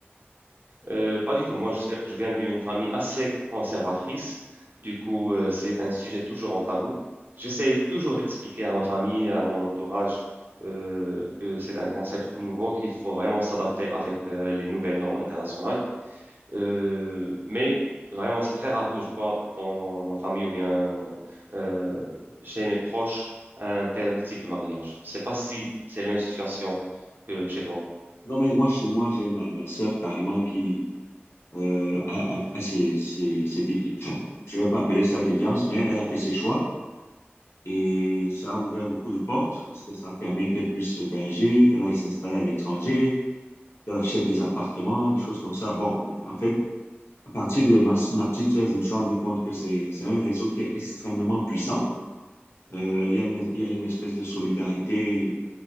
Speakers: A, on the right; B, on the left.
A: Euh, pas du tout. Moi, je, suis- je viens d'une famille assez conservatrice. Du coup, euh, c'est un sujet toujours en tabou. J'essaie toujours d'expliquer à ma famille, à mon entourage, euh, que c'est un concept nouveau, qu'il faut vraiment s'adapter avec, euh, les nouvelles normes internationales. Euh, mais vraiment, c'est très rare que je vois dans ma famille ou bien euh, chez mes proches un tel type de mariage. Je sais pas si c'est la même situation que chez toi.
B: Non, mais moi, chez moi, j'ai ma, ma sœur carrément qui euh, a, a- a ses- ses- ses dé- enfin, je ne vais pas appeler ça déviance, mais elle a fait ses choix et ça a ouvert beaucoup de portes parce que ça a permis qu'elle puisse voyager, qu'elle aille s'installer à l'étranger, qu'elle achète des appartements, des choses comme ça. Bon, en fait, À partir de ma, ma petite sœur, je me suis rendu compte que c'est, c'est un réseau qui est extrêmement puissant. Euh, il y a une, il y a une espèce de solidarité